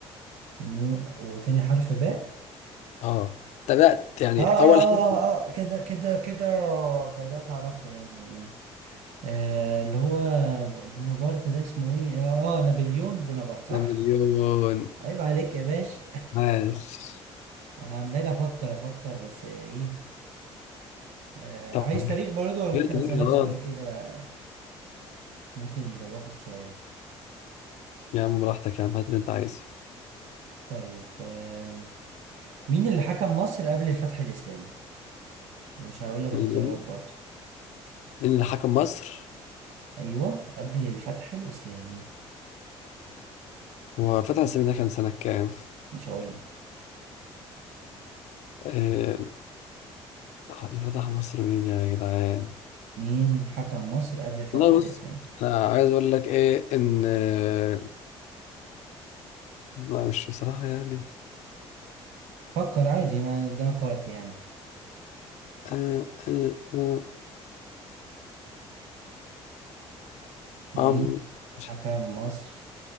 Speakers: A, on the right; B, on the left.
A: نو- وتاني حرف باء
B: اه تبعت يعني
A: اه اه
B: اول
A: اه
B: حرف
A: اه آه، آه، كده كده كده بدأت أعرفه يعني آه اللي هو بونابرت ده اسمه ايه اه آه، نابليون بونابرت صح
B: نابليون
A: عيب عليك يا باشا
B: عاش
A: انا عمال افكر افكر بس ايه آه
B: طب
A: عايز تاريخ برضه ولا ممكن
B: جبت
A: اسألك
B: دي خلاص
A: سؤال كده ممكن يدوخك شوية
B: يا عم براحتك يا عم هات اللي انت عايزه
A: طيب آه مين اللي حكم مصر قبل الفتح الإسلامي؟ مش هقول لك اختيارات
B: مين اللي
A: برضه
B: مين اللي حكم مصر
A: أيوه قبل الفتح الإسلامي
B: هو فتح السيمي ده كان سنة كام؟
A: مش هقول لك
B: آه، اللي فتح مصر مين يا جدعان؟
A: مين حكم مصر قبل الفتح
B: والله
A: الإسلامي؟
B: بص أنا عايز أقول لك إيه إن آه، ما مش بصراحة يعني
A: فكر عادي ما قدامك وقت يعني
B: آه، آه، آه،
A: مين
B: عم
A: حكم
B: مش-
A: مصر